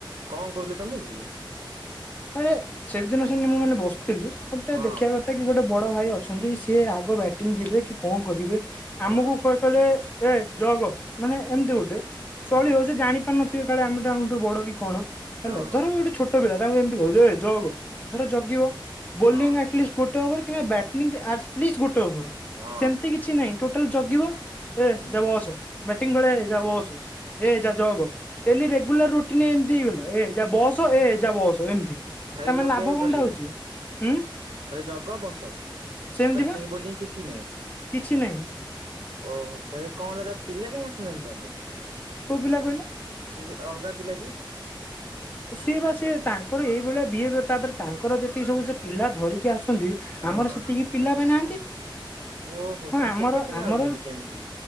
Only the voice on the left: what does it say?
ଆରେ ସେଦିନ ସେମିତି ମୁଁ ମାନେ ବସିଥିଲି ଗୋଟେ
ଦେଖିବା କଥା କି ଗୋଟେ ବଡ଼ ଭାଇ ଅଛନ୍ତି ସିଏ ଆଗ ବ୍ୟାଟିଂ ଯିବେ କି କଣ କରିବେ
ଆମକୁ କହିଲେ ଏ ଜଗ ମାନେ ଏମିତି ଗୋଟେ ଚଳିବ
ସେ ଜାଣିପାରୁନଥିବେ କାଳେ ଆମେ ତାଙ୍କଠୁ ବଡ଼ କି କଣ? ହେଲା
ଧର ବି ଗୋଟେ ଛୋଟ ପିଲା ତାଙ୍କୁ ଯେମତି ଯେ ଜଗ ଧର ଜଗିବ ବୋଲିଙ୍ଗ
ଆଟଲିଷ୍ଟ ଗୋଟେ ଓଭର କିମ୍ବା ବ୍ୟାଟିଂ ଗୋଟେ ଓଭର
ସେମତି କିଛି ନାହିଁ ଜଗିବ ଏ
ଯା ବସ ବ୍ୟାଟିଂ ବେଳେ ଯା ବସ ଏ ଯା ଯୋଗ ଡେଲି ରେଗୁଲାର ରୁଟିନ ଏମିତି ହେଇଗଲା ଏ ଯା ବସ ଏ ଯା ବସ ଏମିତି
ତାମାନେ
ଲାଭ କଣଟା
ହଉଛି ଉଁ
ସେମିତି
ବା
କିଛି ନାହିଁ।
କୋଉ ପିଲା କହିଲ?
ସିଏ ବା ସେ ତାଙ୍କର ଏଇଭଳିଆ ବିହେଭିୟର ତାପରେ ତାଙ୍କର ଯେତିକି ସବୁ ସେ ପିଲା ଧରିକି ଆସୁ
ଆମର ସେତିକି ପିଲା ବା ନାହାନ୍ତି।
ହଁ
ଆମର
ଆମର